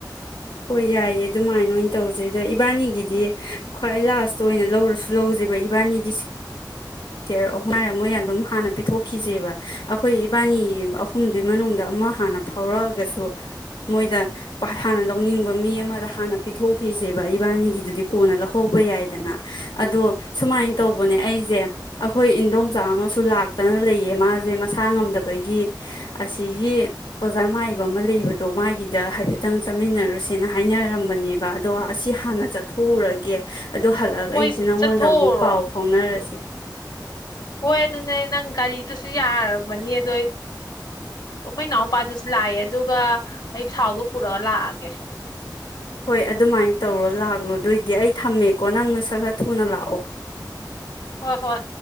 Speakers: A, on the left; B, on the left.
A: ꯍꯣꯏ ꯌꯥꯏꯌꯦ ꯑꯗꯨꯃꯥꯏꯅ ꯑꯣꯏꯅ ꯇꯧꯖꯩ ꯑꯗ ꯏꯕꯥꯅꯤꯒꯤꯗꯤ ꯈ꯭ꯋꯥꯏ ꯂꯥꯁꯇ ꯑꯣꯏꯅ ꯂꯧꯔꯁꯨ ꯂꯧꯖꯦꯕ ꯏꯕꯥꯅꯤꯒꯤꯁꯤ ꯊꯦꯔꯛꯑꯣ ꯉꯔ ꯃꯣꯏ ꯑꯗꯨꯝ ꯍꯥꯟꯅ ꯄꯤꯊꯣꯛꯈꯤꯁꯦꯕ ꯑꯩꯈꯣꯏ ꯏꯕꯥꯅꯤ ꯑꯍꯨꯝꯗꯨꯏ ꯃꯅꯨꯡꯗ ꯑꯃ ꯍꯥꯟꯅ ꯐꯥꯎꯔꯛꯑꯒꯁꯨ ꯃꯣꯏꯗ ꯍꯥꯟꯅ ꯂꯧꯅꯤꯡꯕ ꯃꯤ ꯑꯃꯗ ꯍꯥꯟꯅ ꯄꯤꯊꯣꯛꯈꯤꯁꯦꯕ ꯏꯕꯥꯅꯤꯒꯤꯗꯨꯗꯤ ꯀꯣꯟꯅ ꯂꯧꯍꯧꯕ ꯌꯥꯏꯗꯅ ꯑꯗꯣ ꯁꯨꯃꯥꯏꯅ ꯇꯧꯕꯅꯦ ꯑꯩꯁꯦ ꯑꯩꯈꯣꯏ ꯏꯟꯗꯣꯝꯆꯥ ꯑꯃꯁꯨ ꯂꯥꯛꯇꯅ ꯂꯩꯌꯦ ꯃꯥꯁꯦ ꯃꯁꯥ ꯉꯝꯗꯕꯒꯤ ꯑꯁꯤꯒꯤ ꯑꯣꯖꯥ ꯃꯥꯏꯕ ꯑꯃ ꯂꯩꯕꯗꯣ ꯃꯥꯒꯤꯗ ꯍꯥꯏꯐꯦꯠꯇꯪ ꯆꯥꯃꯤꯟꯅꯔꯨꯁꯦꯅ ꯍꯥꯏꯅꯔꯝꯕꯅꯦꯕ ꯑꯗꯣ ꯑꯁꯤ ꯍꯥꯟꯅ ꯆꯠꯊꯣꯛꯎꯔꯒꯦ ꯑꯗ ꯍꯜꯂꯛꯑꯒ
B: ꯍꯣꯏ
A: ꯑꯩꯁꯦ ꯅꯪꯉꯣꯟꯗ
B: ꯆꯠꯊꯣꯛꯎꯔꯣ
A: ꯑꯃꯨꯛ ꯄꯥꯎ ꯐꯥꯎꯅꯔꯁꯦ
B: ꯑꯣꯏ ꯑꯗꯨꯅꯦ ꯅꯪ ꯒꯥꯔꯤꯗꯨꯨꯁꯨ ꯌꯥꯔꯕ ꯃꯅꯤꯌꯦꯗ ꯑꯩ ꯑꯩꯈꯣꯏ ꯏꯅꯥꯎꯄꯥꯗꯨꯁꯨ ꯂꯥꯛꯑꯦ ꯑꯗꯨꯒ ꯑꯩ ꯁꯥꯎꯗꯣ ꯄꯨꯔꯒ ꯂꯥꯛꯑꯒꯦ
A: ꯍꯣꯏ ꯑꯗꯨꯃꯥꯏꯅ ꯇꯧꯔꯣ ꯂꯥꯛꯂꯣ ꯑꯗꯨ ꯑꯣꯏꯗꯤ ꯑꯩ ꯊꯝꯃꯦꯀꯣ ꯅꯪꯅ ꯁꯥ ꯁ ꯊꯨꯅ ꯂꯥꯛꯑꯣ
B: ꯍꯣꯏ ꯍꯣꯏ